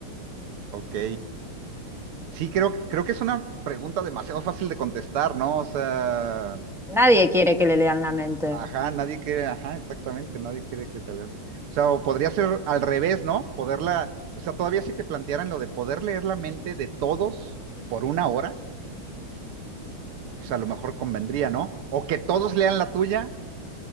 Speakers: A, on the right; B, in the centre.
A: Ok. Sí, creo, creo que es una pregunta demasiado fácil de contestar, ¿no? O sea,
B: Nadie quiere que le lean la mente.
A: ajá, nadie quiere, ajá, exactamente, nadie quiere que te lean. O sea, o podría ser al revés, ¿no? Poderla, o sea, todavía si te plantearan lo de poder leer la mente de todos por una hora, pues a lo mejor convendría, ¿no? O que todos lean la tuya,